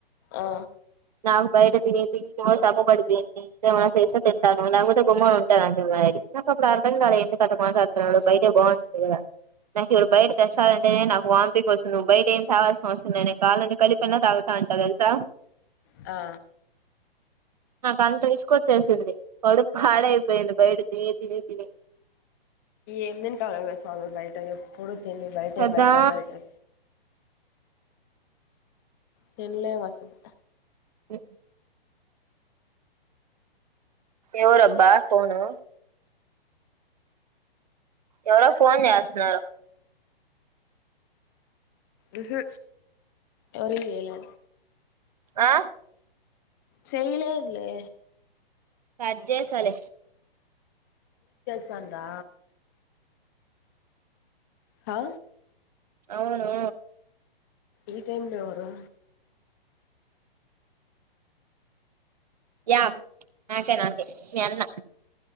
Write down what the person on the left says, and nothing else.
ఆ
ఆ
ఏం తింటావ్ లే స్వామి బయట ఎప్పుడు తిండి బయటే
బయటే బయటే తిన్లేం అసలు
ఉహు ఎవరి ఎలా
చేయలేదులే
తాండ్ర ఆ
ఈ టైమ్ లో ఎవరు